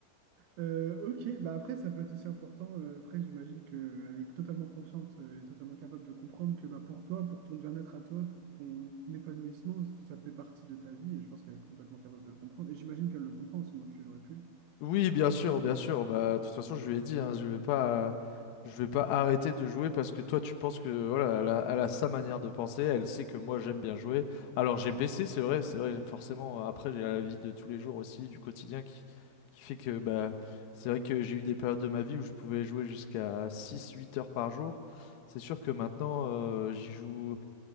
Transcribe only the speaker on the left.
Oui, bien sûr, bien sûr. Bah, de toute façon, je lui ai dit, hein, je vais pas, je vais pas arrêter de jouer parce que toi, tu penses que voilà, elle a, elle a sa manière de penser. Elle sait que moi, j'aime bien jouer. Alors, j'ai baissé, c'est vrai, c'est vrai. Forcément, après, j'ai la vie de tous les jours aussi, du quotidien, qui, qui fait que bah, c'est vrai que j'ai eu des périodes de ma vie où je pouvais jouer jusqu'à six, huit heures par jour. C'est sûr que maintenant, euh, j'y joue